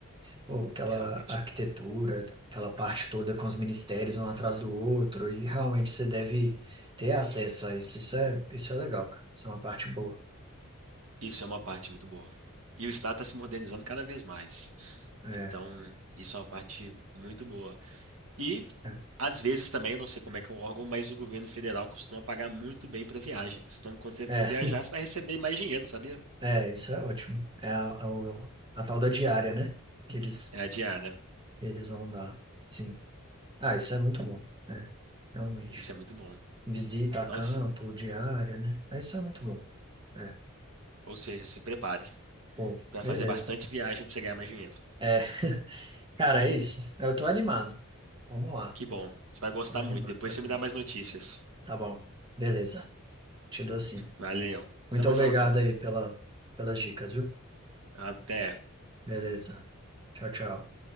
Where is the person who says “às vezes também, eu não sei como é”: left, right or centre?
Right